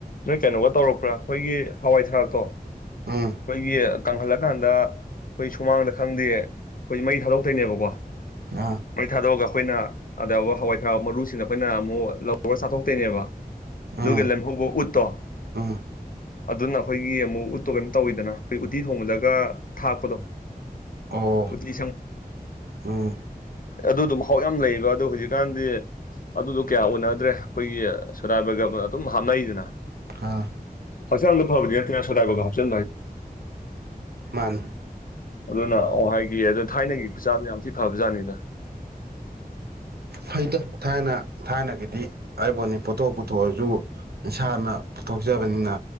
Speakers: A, on the left; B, on the right.
A: ꯅꯣꯏ ꯀꯩꯅꯣꯒ ꯇꯧꯔꯛꯄ꯭ꯔꯥ ꯑꯩꯈꯣꯏꯒꯤ ꯍꯋꯥꯏ ꯊꯔꯥꯛꯇꯣ ꯑꯩꯈꯣꯏꯒꯤ
B: ꯎꯝ
A: ꯀꯪꯍꯜꯂꯀꯥꯟꯗ ꯑꯩꯈꯣꯏ ꯁꯨꯃꯥꯡꯗ ꯈꯪꯗꯦ ꯑꯩꯈꯣꯏ ꯃꯩ ꯊꯥꯗꯣꯛꯇꯣꯏꯅꯦꯕꯀꯣ
B: ꯑꯥ
A: ꯃꯩ ꯊꯥꯗꯣꯛꯑꯒ ꯑꯩꯈꯣꯏꯅ ꯑꯗ ꯌꯥꯎꯕ ꯍꯋꯥꯏ ꯊꯔꯥꯛ ꯃꯔꯨꯁꯤꯡ ꯑꯩꯈꯣꯏꯅ ꯑꯃꯨꯛ ꯂꯧ ꯂꯧꯔ ꯆꯥꯊꯣꯛꯇꯣꯏꯅꯦꯕ
B: ꯎꯝ
A: ꯑꯗꯨꯒꯤ ꯂꯦꯝꯍꯧꯕ ꯎꯠꯇꯣ
B: ꯎꯝ
A: ꯑꯗꯨꯅ ꯑꯩꯈꯣꯏꯒꯤ ꯑꯃꯨꯛ ꯎꯠꯇꯣ ꯀꯩꯅꯣ ꯇꯧꯋꯤꯗꯅ ꯑꯩꯈꯣꯏ ꯎꯠꯇꯤ ꯊꯣꯡꯕꯗꯒ ꯊꯥꯛꯄꯗꯣ
B: ꯑꯧ
A: ꯎꯇꯤ
B: ꯎꯝ
A: ꯑꯗꯨ ꯑꯗꯨꯝ ꯍꯧꯥꯎꯛ ꯌꯥꯝ ꯂꯩ ꯑ ꯍꯧꯖꯤꯛꯀꯥꯟꯗꯤ ꯑꯗꯨꯗꯣ ꯀꯌꯥ ꯎꯅꯗ꯭ꯔꯦ ꯑꯩꯈꯣꯏꯒꯤ ꯁꯨꯔꯥꯏꯕꯒ ꯑꯗꯨꯝ ꯍꯥꯞꯅꯩꯗꯅ
B: ꯑꯥ
A: ꯐꯁꯒ ꯐꯕꯗ ꯊꯌꯥ ꯁꯗꯥꯕ ꯍꯥꯞ ꯆ
B: ꯃꯥꯅꯤ
A: ꯍ ꯑꯗꯨꯅ ꯑꯣ ꯍꯥꯏꯒꯤꯌꯦ ꯑꯗꯨꯅ ꯊꯥꯏꯅꯒꯤ ꯈꯨꯆꯥꯗꯨꯣ ꯌꯥꯝ ꯊꯤ ꯐꯕ ꯖꯥꯠꯅꯤꯗ
B: ꯍꯗ ꯊꯥꯏꯅ ꯊꯥꯏꯅꯒꯤꯗꯤ ꯍꯥꯏꯔꯤꯕꯣꯠꯅꯤ ꯄꯣꯠꯊꯣꯛ ꯄꯨꯊꯣꯛꯑꯁꯨ ꯏꯁꯥꯅ ꯄꯨꯊꯣꯛꯆꯕꯅꯤꯅ